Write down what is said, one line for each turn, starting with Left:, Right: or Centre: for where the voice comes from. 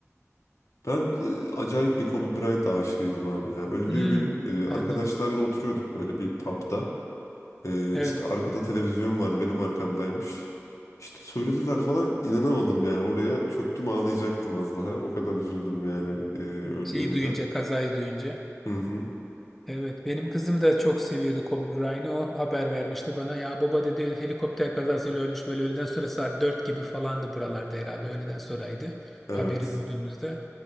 Left: Ben e, acayip bir Kobe Bryant aşığıydım abi ya. Öldüğü
Centre: Hmm,
Left: gün e, arkadaşlarla
Centre: anladım.
Left: oturuyorduk böyle bir pub'da. Ee,
Centre: Evet.
Left: işte arkada televizyon vardı benim arkamdaymış. İşte söylediler falan inanamadım yani oraya çöktüm ağlayacaktım az daha. O kadar üzüldüm yani e, öldüğünde.
Centre: Şeyi duyunca, kazayı duyunca.
Left: Hı hı.
Centre: Evet, benim kızım da çok seviyordu Kobe Bryant'ı. O haber vermişti bana. Ya baba dedi helikopter kazasıyla ölmüş böyle öğleden sonra saat 4 gibi falandı buralarda herhalde öğleden sonraydı.
Left: Evet.
Centre: Haberi duyduğumuzda.